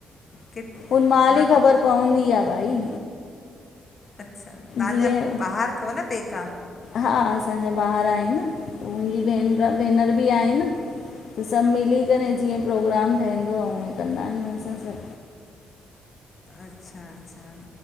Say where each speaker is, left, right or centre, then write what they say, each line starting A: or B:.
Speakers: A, on the left; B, on the left.
A: किथे
B: उन माल
A: हा
B: ई ख़बर पवंदी आ भाई
A: अच्छा तांजा
B: जीअं
A: ॿाहर थव न पैका
B: हा असांजा ॿाहर आहिन मुंहिंजी भेन भेनर भी आहिन सभ मिली करे जीअं प्रोग्राम ठहींदो आ उएंं कंदा आहियूं असां सभ
A: अच्छा अच्छा